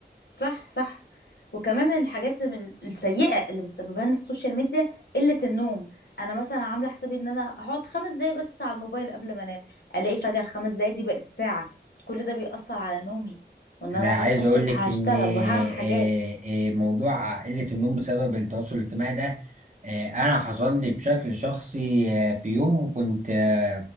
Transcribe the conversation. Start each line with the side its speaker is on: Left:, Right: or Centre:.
Left: صح صح وكمان من الحاجات من السيئة اللي بتسببها لنا السوشيال ميديا قلة النوم انا مثلا عامله حسابي ان انا هقعد خمس دقايق بس على الموبايل قبل ما انام الاقي فجأة الخمس دقايق دي بقت ساعة كل ده بيأثر على نومي وان
Right: انا
Left: انا
Right: عايز
Left: هصحى الصبح
Right: اقول لك
Left: هشتغل
Right: ان آه،
Left: وهعمل حاجات
Right: آه، آه، موضوع قلة النوم بسبب التواصل الاجتماعي ده آه، انا حصل لي بشكل شخصي آه، في يوم كنت آه،